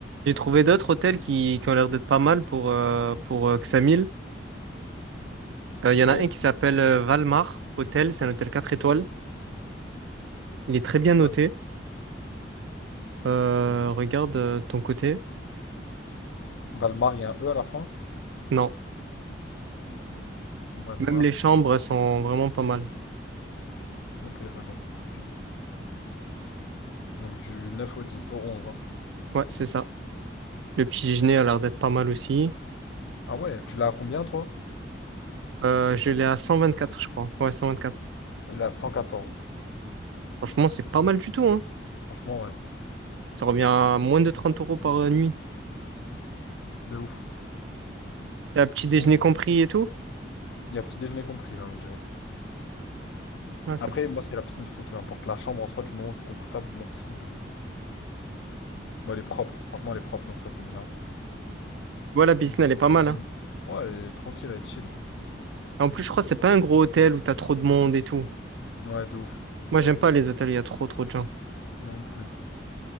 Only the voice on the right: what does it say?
J'ai trouvé d'autres hôtels qui, qui ont l'air d'être pas mal pour, euh, pour euh, Xamil. Euh, Il
y en a un qui s'appelle euh, Valmar Hôtel. C'est un hôtel 4 étoiles. Il est très bien noté.
Euh, regarde euh, ton côté.
Non,
même les chambres
elles sont vraiment pas mal.
Ouais, c'est ça. Le petit déjeuner a l'air d'être pas mal aussi.
Euh, je l'ai à 124, je crois. Ouais, 124.
Franchement, c'est pas mal du tout, hein.
Ça revient à moins de 30 euros par euh, nuit.
T'as petit déjeuner
compris
et tout.
Ouais, c'est
pas...
Voilà, la piscine,
elle est pas
mal, hein.
En plus, je crois que c'est pas un gros hôtel où t'as trop de monde et tout.
Moi, j'aime pas les hôtels, il y a trop trop de gens.